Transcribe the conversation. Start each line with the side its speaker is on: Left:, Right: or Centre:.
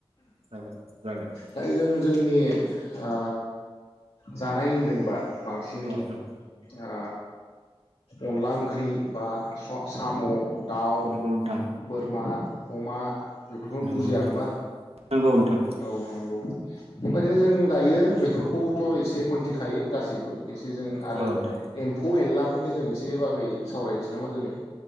Right: जागोन नोंथां
Left: दाय जों जोंनि ओ जानाय होनदोंबा बांसिनै
Right: औ नोंथां
Left: आ अनला ओ ओं ख्रि बा सा-साम' दाउ
Right: नंगौ नोंथां
Left: बोरमा अमा बेफोरखौनो
Right: नंगौ
Left: बुजिया
Right: नोंथां
Left: होमबा
Right: नंगौ नोंथां
Left: औ नंगौ बेबायदिनो जों दायो बेफोरखौथ' एसे मोनथिखायो गासैबो। एसे जों आरो
Right: औ नोंथां
Left: एम्फौ एनला फोरनि जों एसे बागै सावरायनसै नामा दोनै।